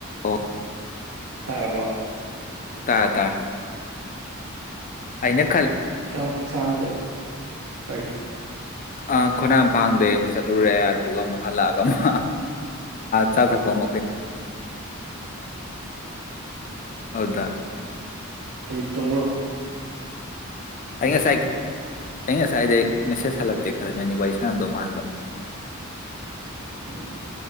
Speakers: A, on the left; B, on the right.
A: ꯑꯣꯐ
B: ꯇꯥꯔꯕ
A: ꯇꯥ ꯇꯥ ꯑꯩꯅ
B: ꯀ ꯁꯥꯡ ꯀꯔꯤ
A: ꯑ ꯈꯣꯡꯅꯥꯡ ꯐꯥꯡꯗꯩ ꯑꯃꯨꯛ ꯆꯠꯂꯨꯔꯦ ꯑꯗꯨꯒ ꯑꯃꯨꯛ ꯍꯜꯂꯛꯑꯒ ꯑꯃꯨꯛ ꯆꯥ ꯊꯛꯄ ꯑꯃ ꯑꯩꯈꯣꯏ ꯍꯗ
B: ꯑꯩ ꯇꯨꯡ
A: ꯑꯩ ꯉꯁꯥꯏ ꯑꯩ ꯉꯁꯥꯏꯗꯩ ꯃꯦꯁꯦꯖ ꯍꯜꯂꯛꯇꯦ ꯈꯔ ꯅꯣꯏꯒꯤ ꯋꯥꯔꯤ ꯁꯌꯥꯝꯗꯣ ꯃꯥꯟꯕ
B: ꯎꯝ